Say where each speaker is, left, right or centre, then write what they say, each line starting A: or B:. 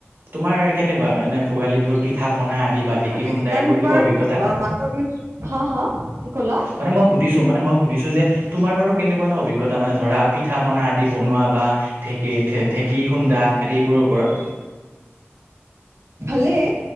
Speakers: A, on the right; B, on the right.
A: তোমাৰ কেনেকুৱা মানে ভোগালী বিহুৰ পিঠা পনা আদি
B: মোৰো
A: বা ঢেঁকী
B: ভাল লাগে
A: খুন্দা
B: কাৰণ
A: এইবোৰ
B: তোমাৰ
A: কিবা অভিজ্ঞতা
B: মাঘৰ বিহুত হা হা কি ক'লা?
A: মানে মই সুধিছো মানে মই সুধিছো যে তোমাৰ বাৰু কেনেকুৱাানো অভিজ্ঞতা মানে ধৰা পিঠা পনা আদি বনোৱা বা ঢেঁকী, ঢেঁকী খুন্দা আদিবোৰৰ ওপৰত।
B: ভালেই